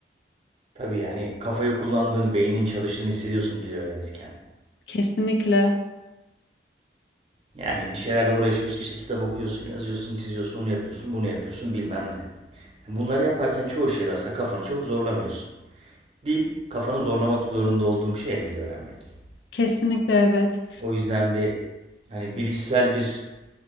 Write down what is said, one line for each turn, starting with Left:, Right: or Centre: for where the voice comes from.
Right: Tabii yani kafayı kullandığını, beyninin çalıştığını hissediyorsun dili öğrenirken.
Left: Kesinlikle.
Right: Yani bir şeylerle uğraşıyorsun işte kitap okuyorsun, yazıyorsun, çiziyorsun, onu yapıyorsun, bunu yapıyorsun bilmem ne. Bunları yaparken çoğu şeyde aslında kafanı çok zorlamıyorsun. Dil, kafanı zorlamak zorunda olduğum şey dil öğrenmek.
Left: Kesinlikle evet.
Right: O yüzden bir hani bilişsel bir